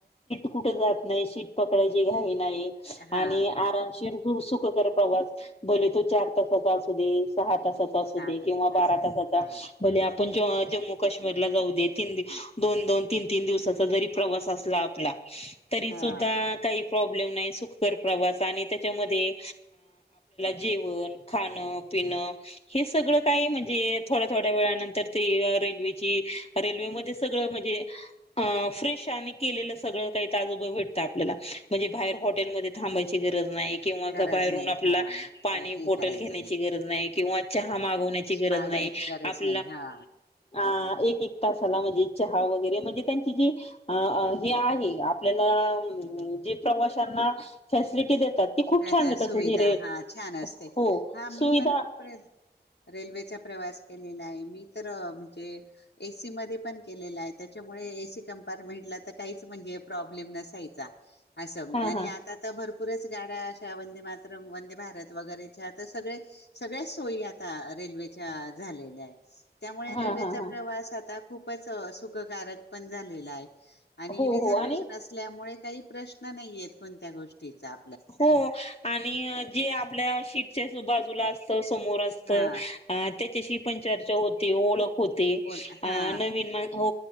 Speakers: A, on the left; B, on the left.
A: कुठे जात नाही शीट पकडयचीे घाई
B: हा
A: आणि आराम प्रवास बोल तू चार तासचा असू देस सहा तासाचा असू
B: सात
A: दे
B: असत
A: किंवा बारा
B: असले
A: तासाचा
B: हा
A: भले आपण जम्मू काश्मीरला जाऊ दे तीन दोन दोन तीन तीन दिवसाचा जरी प्रवास असला आपला तरी
B: हा
A: सुद्धा काही प्रॉब्लेम नाही सुखकर प्रवास आणि त्याच्यामध्ये जेवण खाणं पिण हे सगळं काही म्हणजे थोड्या थोड्या वेळानंतर ते रेल्वेची रेल्वेमध्येध्ये सगळं म्हणजे फ्रेश आणि केलेलं सगळं काहीजोबा भेटतं आपल्याला म्हणजे बाहेर हॉटेलमध्येथांबायची गरज नाही किंवा
B: गरज
A: घ बाहेरून
B: नाही
A: आपला
B: हा हे
A: पाणी बोटल
B: करायचं
A: घेण्याची गरज नाही किंवा च नाही
B: मागवण्याची गरज
A: आप
B: नाही हा
A: अ एक एक तासाला म्हणजे चहा वगैरे म्हणजे त्यांची जी हे आहे आपल्याला जे प्रवाशांना फॅसिलिटी देतात ती खूप
B: नाही
A: छान देत
B: सुविधा
A: अस हिरे
B: हा छान असते
A: हो
B: हा मी
A: सुविधा
B: पण खूपे रेल्वेचा प्रवास केलेला आहे मी तर म्हणजे एसी मध्ये पण केलेला आहे त्याच्यामुळे एसी कं्पार्टमेंटला तर काहीच म्हणजे प्रॉब्लेम नसायचा असं
A: हा
B: आणि
A: हा
B: आता तर भरपूर पुरेसे जाड्या अशा वंदे मातरम् वंदे भारत वगैरेच्या आता सगळे सगळ्या सोयी आता रेल्वेच्या झालेल्या आहेत त्यामुळे
A: हा
B: रेल्वेचा
A: हा हा
B: प्रवास आता खुपच सुखकारक पण झालेला आहे आणी
A: हो
B: रिझर्वेशन
A: हो आणि
B: असल्यामुळे काही प्रश्न नाहीयेत कोणत्या गोष्टीचा.
A: हो, आणी जे आपल्या शीट च्या जो बाजूला असतो, समोर असत
B: हा
A: आ त्याच्याशी पण चर्चा होती. ओळख होते.
B: बोल
A: आ
B: हा
A: नवीन मा हो,